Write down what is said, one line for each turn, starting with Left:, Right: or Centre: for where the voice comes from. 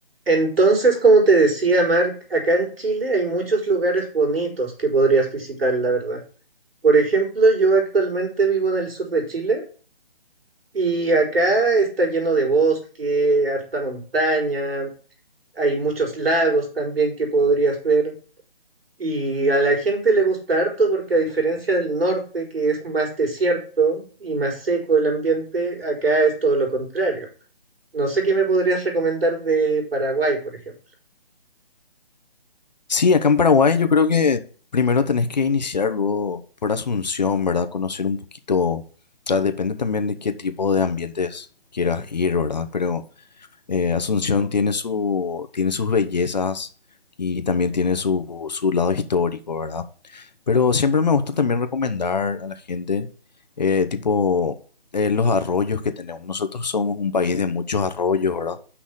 Right: Entonces, como te decía, Mark, acá en Chile hay muchos lugares bonitos que podrías visitar, la verdad. Por ejemplo, yo actualmente vivo en el sur de Chile y acá está lleno de bosque, harta montaña, hay muchos lagos también que podrías ver. Y a la gente le gusta harto porque a diferencia del norte, que es más desierto y más seco el ambiente, acá es todo lo contrario. No sé qué me podrías recomendar de Paraguay, por ejemplo.
Left: Sí, acá en Paraguay yo creo que primero tenés que iniciar luego por Asunción, ¿verdad? Conocer un poquito, o sea, depende también de qué tipo de ambientes quieras ir, ¿verdad? Pero eh, Asunción tiene su, tiene sus bellezas y también tiene su, su lado histórico, ¿verdad? Pero siempre me gusta también recomendar a la gente, eh, tipo, eh, los arroyos que tenemos. Nosotros somos un país de muchos arroyos, ¿verdad?